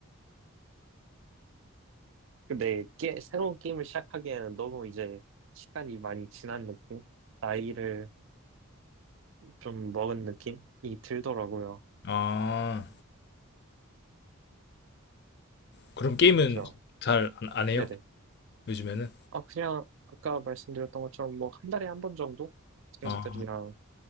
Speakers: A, on the right; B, on the left.
A: 근데 게, 새로운 게임을 시작하기에는 너무 이제 시간이 많이 지난 느낌? 나이를 좀 먹은 느낌이 들더라고요.
B: 아, 그럼 게임은
A: 그죠?
B: 잘 안 안 해요?
A: 네네.
B: 요즘에는?
A: 아, 그냥 아까 말씀드렸던 것처럼 뭐 한 달에 한 번 정도 친구들이랑
B: 아,